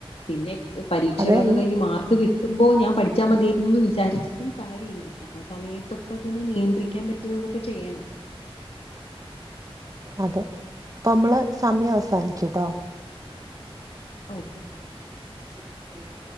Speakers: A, on the left; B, on the right.
A: പിന്നെ പരീക്ഷകളൊക്കെ
B: അതെ ഈ
A: കഴിഞ്ഞ് മാർക്ക് കിട്ടുമ്പോൾ ഞാൻ പഠിച്ചാൽ മതിയായിരുന്നു എന്ന് വിചാരിച്ചിട്ടും കാര്യമില്ല അപ്പ ആ സമയത്തൊക്കെ അതൊന്ന് നിയന്ത്രിക്കാൻ പറ്റുന്നതൊക്കെ ചെയ്യണം.
B: അതെ അപ്പൊ നമ്മള് സമയം അവസാനിച്ചുട്ടോ
A: ഓക്കെ
B: <unintelligible>